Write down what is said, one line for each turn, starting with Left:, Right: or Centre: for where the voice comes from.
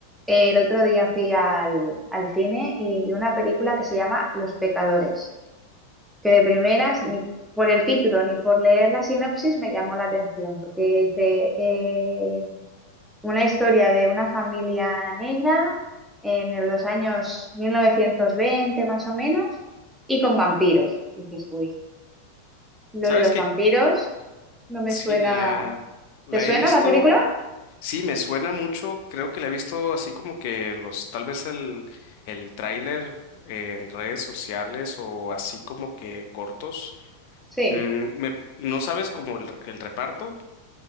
Centre: Eh, el otro día fui al, al cine y vi una película que se llama Los Pecadores, que de primeras, ni por el título ni por leer la sinopsis, me llamó la atención, porque dice eh, una historia de una familia negra en los años 1920 más o menos, y con vampiros. Y dices, uy, lo
Left: ¿Sabes
Centre: de los
Left: qué?
Centre: vampiros no me
Left: Sí,
Centre: suena.
Left: la, la
Centre: ¿Te suena
Left: he visto,
Centre: la película?
Left: sí, me suena mucho, creo que la he visto así como que los, tal vez el, el tráiler en redes sociales o así como que cortos.
Centre: Sí,
Left: Mm, me, ¿no sabes como el, el reparto?